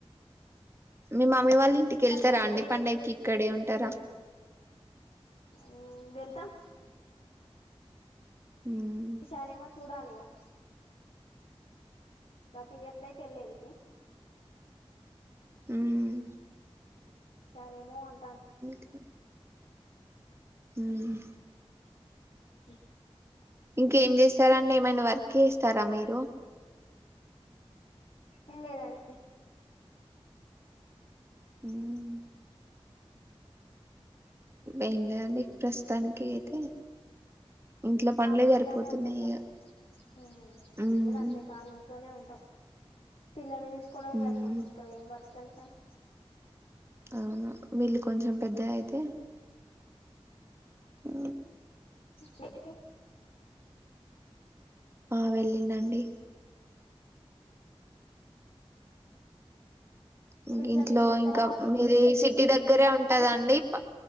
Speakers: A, on the right; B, on the left.
A: మీ మమ్మీ వాళ్ళు ఇంటికెళ్తారా
B: ఉగాది పచ్చడి
A: అండి
B: ఏమేమి
A: పండుగకి ఇక్కడే ఉంటారా
B: ఉమ్ వెళ్తమ్
A: ఉమ్
B: ఈసారి ఏమో చూడాలి ఇ గ ప్రతి ఇయర్తే వెళ్లేది ఉ
A: ఉమ్
B: అ ఈసారి ఏమో అన్
A: కా ఉమ్
B: ఉ అ
A: ఇంకేం చేస్తారండి ఏమైనా వర్క్ చేస్తారా మీరు
B: ఏం లేదండీ
A: ఉమ్ ఏం లేదండి ప్రస్తుతానికి అయితే ఇంట్లో పనులే
B: వాళ్ళు ఇంటికానే
A: సరిపోతున్నాయి
B: ఉంటారుగా
A: ఇగ
B: ఉమ్ మేము
A: ఉమ్
B: కూడా అంతేకాలీ ఇ లోనే ఉంటాం పిల్లలను చూస్ కోవడం
A: ఉమ్
B: సరిపోతుంది ఇంకా ఏం వర్క్ ఎల్ త్తమ్
A: అవును వెళ్ కొంచెం పెద్దగ అయితే ఉ
B: పాటికి
A: ఆ వెళ్ళిండండి ఉ
B: ఇట్లా
A: ఇంట్లో
B: మీరు విండుతారా
A: ఇంకా
B: వాషింగ్
A: మీది సిటీ దగ్గరే
B: మిషన్ ఉందా
A: ఉంటదండి
B: మీకు
A: పా